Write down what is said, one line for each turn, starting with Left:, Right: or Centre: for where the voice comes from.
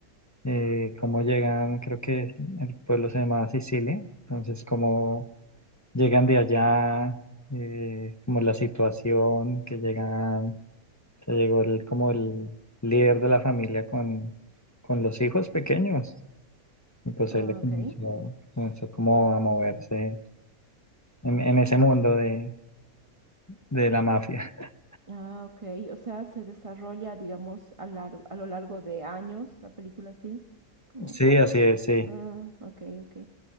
Left: eh, cómo llegan, creo que el pueblo se llamaba Sicilia, entonces como llegan de allá, eh, como la situación, que llegan, que llegó el, como el líder de la familia con, con los hijos pequeños. Y pues
Right: Ah,
Left: él le comenzó,
Right: ok.
Left: comenzó como a moverse en, en ese mundo de, de la mafia. <laughs>
Right: Ah, ok. O sea, se desarrolla, digamos, a, largo, a lo largo de años la película, ¿sí? Como,
Left: Sí, así es, sí.
Right: ah, ok, ok.